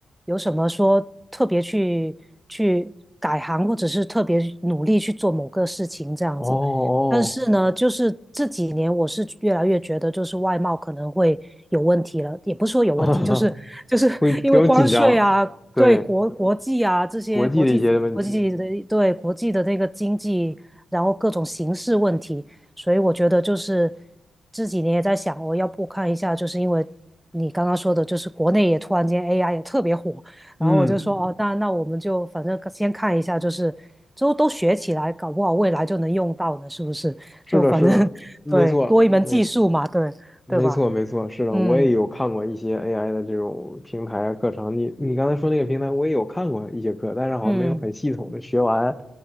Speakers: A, in the centre; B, on the left (about 15°).
A: 有什么说特别去去改行，或者是特别努力去做某个事情这样子。
B: 哦
A: 但是呢，就是这几年我是越来越觉得，就是外贸可能会有问题了，也不是说有问题，
B: 哦，
A: 就是就是
B: <laughs> 会比较紧张，
A: <laughs> 因为关税啊，
B: 对，
A: 对国国际啊这些国际国际的对国际的那个经济，
B: 国际的一些问题。
A: 然后各种形势问题，所以我觉得就是这几年也在想，我要不看一下，就是因为你刚刚说的，就是国内也突然间 AI 也特别火，然后我就说，
B: 嗯，
A: 哦，那那我们就反正先看一下，就是之后都学起来，搞不好未来就能用到呢，是不是？
B: 是的，
A: 就反正
B: 是的，
A: <laughs>
B: 没错，
A: 对，多一门技术嘛，
B: 没错。
A: 对对吧？
B: 没错，没错，是的，
A: 嗯
B: 我也有看过一些 AI 的这种平台啊课程。你你刚才说那个平台，我也有看过一些课，但是好像没有很系统的学完
A: 嗯